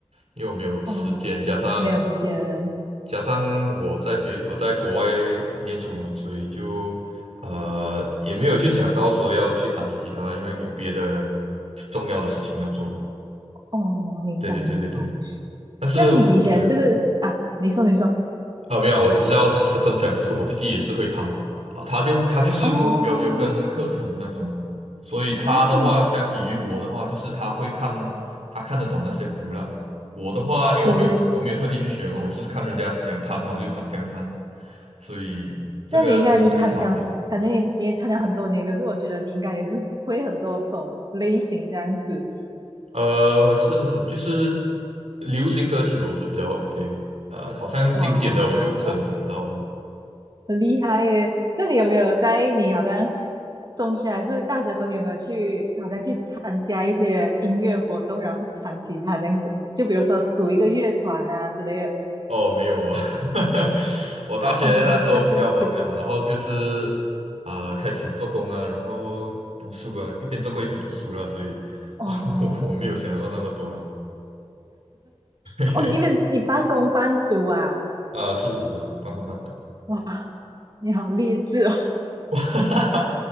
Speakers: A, on the right (about 80°); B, on the right (about 40°).
A: 因为我没有时间，
B: 哦，
A: 加上
B: 没有时间。
A: 加上我在别我在国外念书嘛，所以就呃也没有去想到说要去弹吉他，因为有别的重要的事情要做嘛。
B: 哦，明白明白。
A: 对对对对对。但是对，
B: 这样你以前就是啊，你说你说，
A: 啊，没有，我只是要是分享，就是我弟弟也是会弹啊，他就他就是有有有跟课程的那种，
B: 哦
A: 所以他的话，
B: 哦，
A: 相比于我的话，就是他会看他看得懂那些谱了。我的话，因为我没有自我没有特地去学嘛，
B: 对对对
A: 我就是看人家怎样弹呢，我就弹怎样弹呢，所以这个是那个差别。
B: 这样你应该你谈了，感觉你你也谈了很多年，可是我觉得你应该也是会很多种类型这样子。
A: 呃，是是是，就是流行歌曲我是比较 OK，呃，好像经典的我就不是很知道了。
B: 哇，很厉害耶！那你有没有在你好像中学还是大学的时候，你有没有去好像去参加一些音乐活动，然后去弹吉他这样子？就比如说组一个乐团啊之类的。
A: 哦，没有啊，<laughs> 我大学那时候比较忙了，
B: 哦，叫 b e n
A: 然后就是啊、开始做工啊，然后读书啊，一边做工一边读书了，所以
B: 哦
A: <laughs> 我我没有想到那么多了。<laughs>
B: 哦，你因为你半工半读啊，
A: 啊、是是是，半工半读。
B: 哇，你好励志哦，
A: <laughs> 哇，